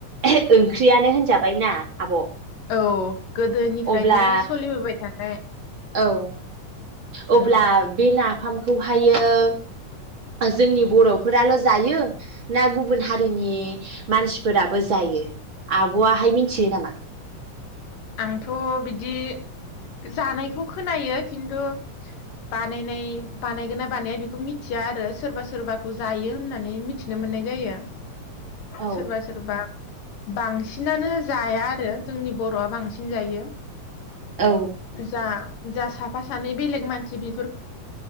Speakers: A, on the right; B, on the left.
A: ओंख्रियानो होनजाबायना आब?
B: औ गोदोनिफ्रायनो
A: अब्ला
B: सोलिबोबाय थानाय।
A: औ। अब्ला
B: औ
A: बे ना फामखौहायो जोंनि बर'फोराल जायो ना गुबुन हारिनि मानसिफोराबो जायो आबआहाय मिथियो नामा?
B: आंथ बिदि जानायखौ खोनायो खिन्थु बानायनाय बानायगोन ना बानाया बेखौ मिथिया आरो सोरबा सोरबाखौ जायो होननानै मिथिनो मोननाय जायो।
A: औ
B: सोरबा सोरबा बांसिनानो जाया आरो जोंनि बर'आ बांसिन जायो।
A: औ
B: जा जा साफा- सानै बेलेग मानसि बेफोर